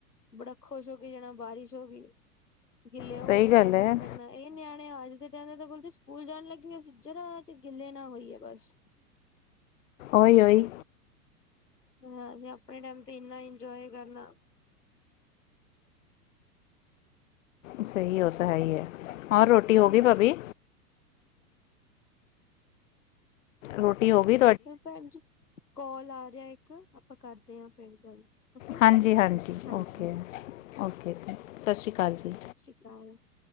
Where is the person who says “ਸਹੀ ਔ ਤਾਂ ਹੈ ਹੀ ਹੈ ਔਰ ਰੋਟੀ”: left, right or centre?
Left